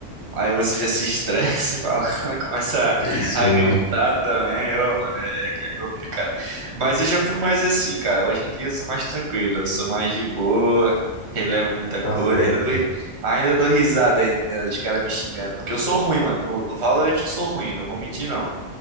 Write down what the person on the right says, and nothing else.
Aí você já se estressa e fala, <laughs> começa
a
gritar também, ô, mano, é, é é complicado. Mas eu já fui mais assim, cara. Hoje em dia eu sou mais tranquilo, eu sou mais de boa, relevo muita
coisa.
Ainda dou,
ainda dou risada ainda dos caras me xingando, porque eu sou ruim, mano. No, no Valorant eu sou ruim, não vou mentir não.